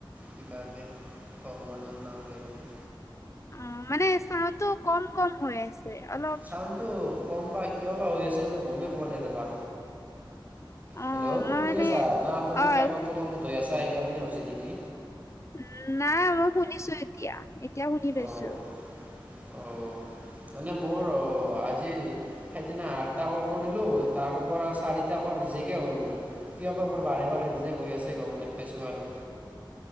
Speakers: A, on the right; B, on the left.
A: কিবাকে ভগৱানৰ নাম লৈ দিও।
B: অ' মানে চাউণ্ডতো কম কম হৈ আছে অলপ।
A: চাউণ্ডটো কম বা কিয় বা হৈ আছে মই গমেই পোৱা নাই ৰবা।
B: অ
A: হেল্ল'
B: মই
A: শুনি
B: মানে
A: আছা? না তুমি
B: অ
A: ফেনত অলপ বোধ হয় আছা। সেই কাৰণে হৈছে নেকি?
B: উ, নাই মই শুনিছো এতিয়া, এতিয়া শুনি পাইছো।
A: অঁ অ' মানে মোৰ আজি সেইদিনা আঠটা কল কৰিলো তাৰ পৰা চাৰিটা ৰিজেকএ হ'ল মোৰ কিয় বা? মোৰ বাৰে বাৰে ৰিজেক্ট হৈ আছে গম নাপাইছো আৰু।